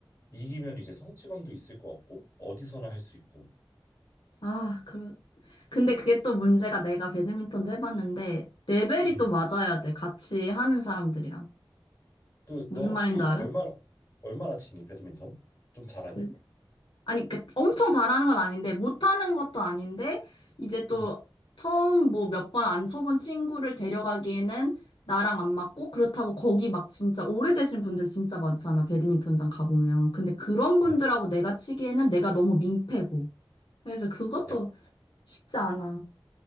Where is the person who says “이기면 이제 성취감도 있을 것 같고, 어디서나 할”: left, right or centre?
Left